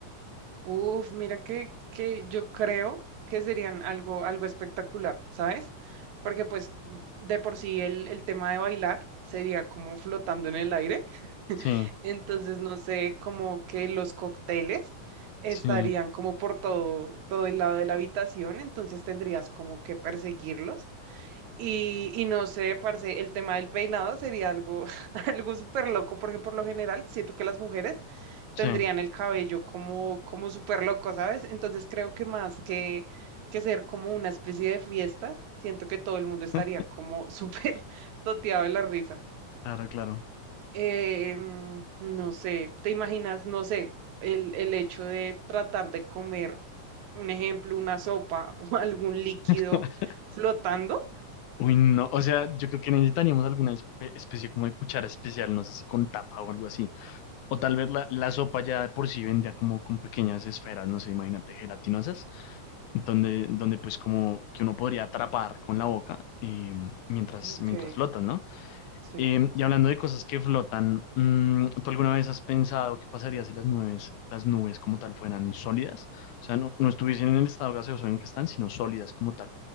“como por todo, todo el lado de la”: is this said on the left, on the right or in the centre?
Right